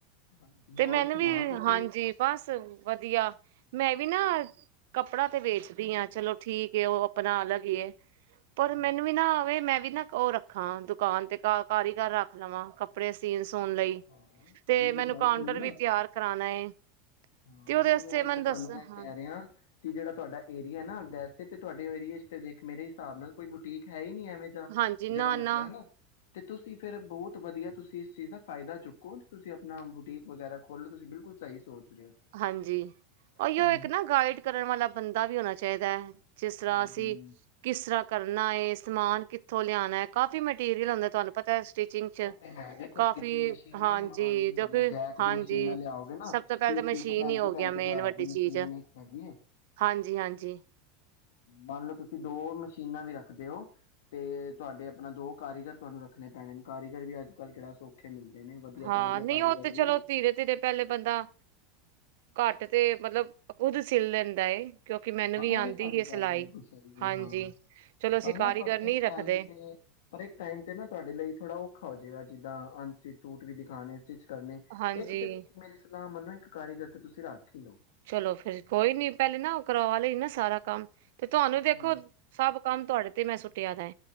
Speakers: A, on the left; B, on the right.
A: ਹਾਂਜੀ
B: ਤੇ
A: ਹੋਰ
B: ਮੈਨੂੰ
A: ਸੁਣਾਓ
B: ਵੀ
A: ਤੁਸੀਂ
B: ਹਾਂਜੀ ਬਸ ਵਧੀਆ ਮੈਂ ਵੀ ਨਾ ਕੱਪੜਾ ਤੇ ਵੇਚਦੀ ਹਾਂ ਚਲੋ ਠੀਕ ਉਹ ਆਪਣਾ ਅਲੱਗ ਹੀ ਏ ਪਰ
A: ਹਾਂਜੀ
B: ਮੈਨੂੰ ਵੀ ਨਾ ਆਵੇ ਮੈਂ ਵੀ ਨਾ ਉਹ ਰੱਖਾ ਦੁਕਾਨ ਤੇ ਕਾਰੀਗਰ ਰੱਖ ਲਵਾਂ ਕੱਪੜੇ ਸੀਨ ਸੌਣ ਲਈ
A: ਹਾਂ
B: ਤੇ
A: ਮੇਰੀ
B: ਮੈਨੂੰ
A: ਗੱਲ
B: ਕਾਊਂਟਰ
A: ਸੁਣੋ
B: ਵੀ
A: ਨਾ
B: ਤਿਆਰ ਕਰਾਣਾ ਏ
A: ਹਾਂ
B: ਤੇ ਉਹਦੇ
A: ਮੈਨੂੰ
B: ਵਾਸਤੇ
A: ਇਹ ਮੈਂ
B: ਦੱਸ
A: ਤੁਹਾਨੂੰ ਇਹ
B: ਹਾਂ
A: ਕਹਿ ਰਿਹਾ ਕਿ ਜਿਹੜਾ ਤੁਹਾਡਾ ਏਰੀਆ ਨਾ ਤੇ ਤੁਹਾਡੇ ਏਰੀਏ ਚ ਤੇ ਦੇਖ ਮੇਰੇ ਹਿਸਾਬ ਨਾਲ ਕੋਈ ਬੁਟੀਕ ਹੈ ਹੀ ਨੀ ਹੈ
B: ਹਾਂਜੀ ਨਾ
A: ਜਿਹੜਾ ਮਤਲਬ
B: ਨਾ
A: ਹਨਾ ਤੇ ਤੁਸੀਂ ਫੇਰ ਬਹੁਤ ਵਧੀਆ ਤੁਸੀਂ ਇਸ ਚੀਜ਼ ਦਾ ਫਾਇਦਾ ਚੁੱਕੋ ਤੁਸੀਂ ਆਪਣਾ ਬੁਟੀਕ ਵਗੈਰਾ ਖੋਲੋ ਤੁਸੀਂ ਬਿਲਕੁਲ ਸਹੀ ਸੋਚ ਰਹੇ ਹੋ
B: ਹਾਂਜੀ ਓ ਹੀ
A: ਹਮ
B: ਓ ਇੱਕ ਨਾ ਗਾਈਡ ਕਰਨ ਵਾਲਾ ਬੰਦਾ ਵੀ ਹੋਣਾ ਚਾਹੀਦਾ ਏ ਜਿਸ ਤਰ੍ਹਾਂ
A: ਹਮ
B: ਅਸੀਂ
A: ਹਮ
B: ਕਿਸ ਤਰ੍ਹਾਂ ਕਰ ਨਾ ਇਹ ਸਮਾਨ ਕਿੱਥੋਂ ਲਿਆਣਾ ਹੈ ਕਾਫ਼ੀ ਮਟੀਰੀਅਲ ਤੁਹਾਨੂੰ ਪਤਾ ਸਚਿੰਗ ਚ
A: ਉਹ ਤੇ ਹੈ ਦੇਖੋ
B: ਕਾਫੀ
A: ਸਟਿਚਿੰਗ ਮਸ਼ੀਨਾਂ
B: ਹਾਂਜੀ
A: ਹੀ ਮਹਾਨ ਨਹੀਂ
B: ਜੋ
A: ਹੈਗੀਆਂ
B: ਕਿ
A: ਜੈਕ
B: ਹਾਂਜੀ
A: ਦੀ ਮਸ਼ੀਨਾਂ ਲਿਆਓਗੇ ਨਾ
B: ਸਭ ਤੋਂ ਪਹਿਲਾਂ
A: ਤੀਹ
B: ਮੈਂ
A: ਤੀਹ
B: ਕੀ
A: ਤੋਂ ਪੈਂਤੀ
B: ਨੀ ਹੋ
A: ਪੈਂਤੀ
B: ਗਿਆ
A: ਹਜ਼ਾਰ
B: ਮੇਨ ਵੱਡੀ
A: ਦੀ ਮਸ਼ੀਨ
B: ਚੀਜ਼
A: ਇੱਕ ਹੈਗੀ ਹੈ,
B: ਹਾਂਜੀ ਹਾਂਜੀ
A: ਮੰਨ ਲਓ ਤੁਸੀਂ ਦੋ ਮਸ਼ੀਨਾਂ ਵੀ ਰੱਖਦੇ ਹੋ ਤੇ ਤੁਹਾਡੇ ਆਪਣਾ ਦੋ ਕਾਰੀਗਰ ਤੁਹਾਨੂੰ ਰੱਖਣੇ ਪੈਣੇ ਨੇ ਕਾਰੀਗਰ ਵੀ ਅੱਜ ਕੱਲ੍ਹ ਕਿਹੜਾ ਸੌਖੇ ਮਿਲਦੇ ਨੇ ਵਧੀਆ
B: ਹਾਂ
A: ਤੋਂ ਵਧੀਆ
B: ਨਹੀਂ
A: ਕਾਰੀਗਰ
B: ਉਹ ਤੇ
A: ਵੀ
B: ਚਲੋ ਧੀਰੇ ਧੀਰੇ ਪਹਿਲੇ ਬੰਦਾ ਘੱਟ ਤੇ ਮਤਲਬ ਖੁਦ ਸਿਲ ਲੈਂਦਾ ਏ ਕਿਉਂਕਿ ਮੈਨੂੰ ਆਉਂਦੀ
A: ਇਹ ਵੀ ਤੁਹਾਡੀ
B: ਹੈ
A: ਗੱਲ
B: ਸਿਲਾਈ
A: ਬਿਲਕੁਲ ਸਹੀ
B: ਹਾਂਜੀ
A: ਐ, ਹਾਂ
B: ਚਲੋ ਅਸੀਂ
A: ਪਰ
B: ਕਾਰੀਗਰ
A: ਨਾ ਪਰ
B: ਨੀ
A: ਇੱਕ
B: ਰੱਖਦੇ
A: ਟਾਈਮ ਤੇ ਹਰ ਇਕ ਟਾਈਮ ਤੇ ਨਾ ਤੁਹਾਡੇ ਲਈ ਥੋੜਾ ਔਖਾ ਹੋਜੇਗਾ ਜਿੱਦਾਂ ਐਨਸੀਟਿਉਟ ਵੀ ਦਿਖਾਣੇ, ਚ ਕਰਨੇ
B: ਹਾਂਜੀ
A: ਇੱਕ ਤੇ ਮੇਰੀ ਸਲਾਹ ਮੰਨੇ, ਇੱਕ ਕਾਰੀਗਰ ਤੇ ਤੁਸੀਂ ਰੱਖ ਹੀ ਲਓ।
B: ਚਲੋ ਫੇਰ ਕੋਈ ਨੀ ਪਹਿਲੇ ਨਾ ਉਹ ਕਰਵਾ ਲਈ ਨਾ ਸਾਰਾ ਕੰਮ, ਤੇ ਤੁਹਾਨੂੰ ਦੇਖੋ
A: ਹੂੰ
B: ਸਭ ਕੰਮ ਤੁਹਾਡੇ ਤੇ ਮੈਂ ਸੁੱਟਿਆ ਦਾ